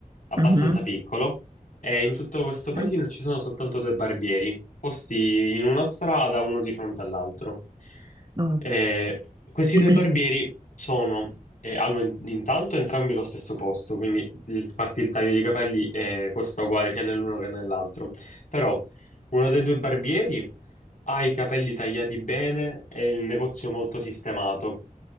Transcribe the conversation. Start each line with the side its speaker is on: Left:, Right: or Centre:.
Left: abbastanza
Right: Mhm.
Left: piccolo e in tutto questo paesino
Right: Dai.
Left: ci sono soltanto due barbieri, posti in una strada, uno di fronte all'altro.
Right: Mm.
Left: Eh, questi
Right: <clears throat>
Left: due barbieri sono, eh, hanno in- intanto entrambi lo stesso costo, quindi il, farti il taglio di capelli eh, costa uguale sia nell'uno che nell'altro. Però uno dei due barbieri ha i capelli tagliati bene e il negozio molto sistemato,